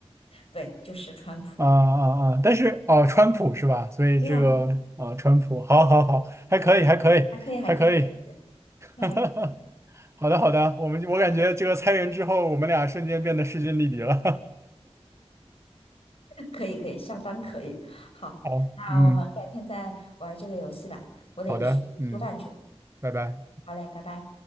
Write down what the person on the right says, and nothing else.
啊啊啊！但是哦，川普是吧？所以这个啊，
川普，好，好，好，还可以，还可以，
还可以。
<laughs> 好的，好的，我们我感觉这个参人之后，
我们俩瞬间变得势均力敌了。
<laughs> 好，
嗯，
好的，嗯，拜拜。